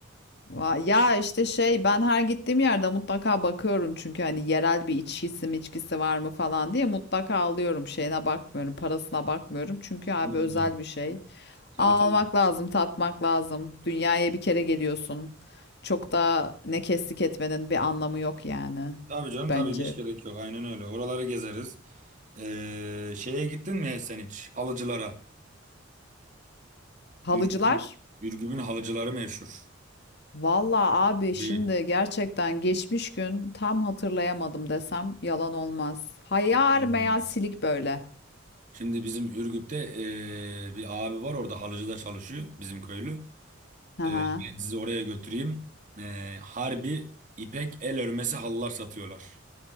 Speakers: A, on the left; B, on the right.
A: Va- Ya işte şey ben her gittiğim yerde mutlaka bakıyorum çünkü hani yerel bir içkisi mi içkisi var mı falan diye mutlaka alıyorum. Şeyine bakmıyorum, parasına bakmıyorum çünkü abi
B: Hmm.
A: özel bir şey.
B: Tabii
A: Almak
B: tabii.
A: lazım, tatmak lazım. Dünyaya bir kere geliyorsun. Çok da ne kestik etmenin bir anlamı yok yani
B: Tabii canım
A: bence.
B: tabii ki hiç gerek yok. Aynen öyle. Oraları gezeriz. Ee, şeye gittin mi sen hiç? Halıcılara.
A: Halıcılar?
B: Ürgüp'ün Ürgüp'ün halıcıları meşhur.
A: Valla abi
B: Değil.
A: şimdi gerçekten geçmiş gün tam hatırlayamadım desem yalan olmaz. Hayal
B: Hmm.
A: meyal silik böyle.
B: Şimdi bizim Ürgüp'te ee, bir abi var orada halıcıda çalışıyor bizim köylü.
A: Hı hı.
B: Ee, ben sizi oraya götüreyim. Ee, harbi ipek el örmesi halılar satıyorlar.